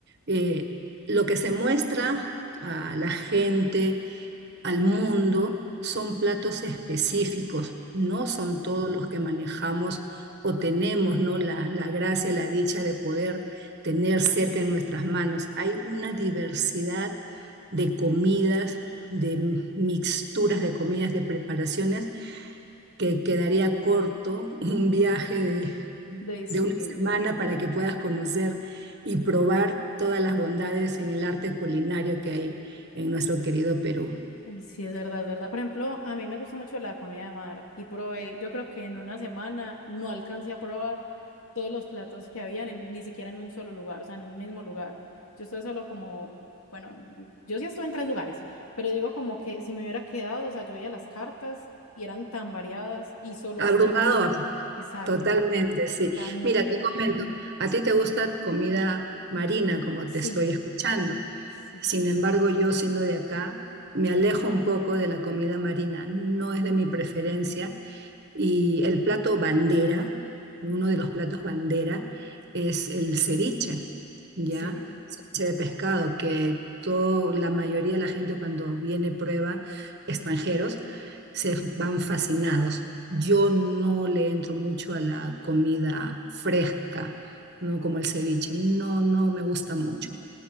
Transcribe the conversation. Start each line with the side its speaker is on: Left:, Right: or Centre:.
Right: Eh, lo que se muestra a la gente, al mundo, son platos específicos, no son todos los que manejamos o tenemos, ¿no? La, la gracia, la dicha de poder tener cerca en nuestras manos. Hay una diversidad de comidas de mixturas de comidas, de preparaciones, que quedaría corto un viaje de,
Left: De, sí,
Right: de una semana
Left: sí.
Right: para que puedas conocer y probar todas las bondades en el arte culinario que hay en nuestro querido Perú.
Left: Uy, sí, es verdad, es verdad. Por ejemplo, a mí me gusta mucho la comida de mar y probé, yo creo que en una semana no alcancé a probar todos los platos que habían, en- ni siquiera en un solo lugar, o sea, en un mismo lugar. Yo estuve solo como, bueno, yo sí estuve en tres lugares, pero digo como que si me hubiera quedado, o sea, yo veía las cartas y eran tan variadas y solo
Right: Abrumador,
Left: hasta en un, en- exacto,
Right: totalmente, sí.
Left: tan no
Right: Mira,
Left: era.
Right: te comento, a ti te gusta comida marina, como
Left: Sí,
Right: te estoy escuchando.
Left: sí,
Right: Sin
Left: sí.
Right: embargo, yo siendo de acá, me alejo un poco de la comida marina, no es de mi preferencia. Y el plato bandera, uno
Left: ujú,
Right: de los platos bandera, es el ceviche, ¿ya?
Left: Sí.
Right: Ceviche de pescado,
Left: Sí.
Right: que todo, la mayoría de la gente cuando viene prueba, extranjeros, se van fascinados. Yo no le entro mucho a la comida fresca, ¿no? Como el ceviche, no, no me gusta mucho